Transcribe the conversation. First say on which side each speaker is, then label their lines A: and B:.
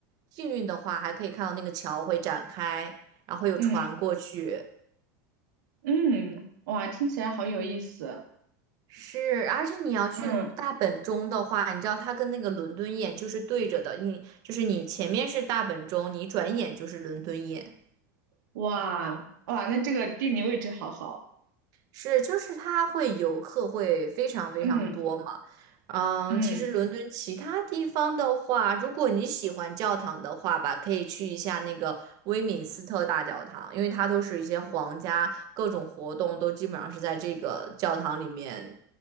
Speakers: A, on the right; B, on the right.
A: 幸运的话，还可以看到那个桥会展开，然后会有船过去。
B: 嗯嗯，哇，听起来好有意思。
A: 是，而且你要去大本钟的话，
B: 嗯，
A: 你知道它跟那个伦敦眼就是对着的，你就是你前面是大本钟，你转眼就是伦敦眼。
B: 哇哇，那这个地理位置好好。
A: 是，就是它会游客会非常非常多嘛。
B: 嗯
A: 嗯，
B: 嗯，
A: 其实伦敦其他地方的话，如果你喜欢教堂的话吧，可以去一下那个威敏斯特大教堂，因为它都是一些皇家各种活动都基本上是在这个教堂里面